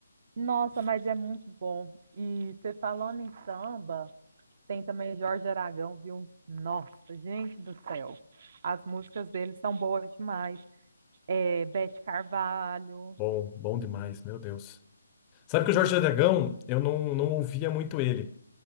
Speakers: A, on the right (about 40°); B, on the left (about 20°).
A: Nossa, mas é muito bom. E você falando em samba, Tem também Jorge Aragão, viu? Nossa, gente do céu. As músicas dele são boas demais. É, Beth Carvalho.
B: Bom, bom demais, meu Deus. Sabe que o Jorge Aragão, eu não, não ouvia muito ele.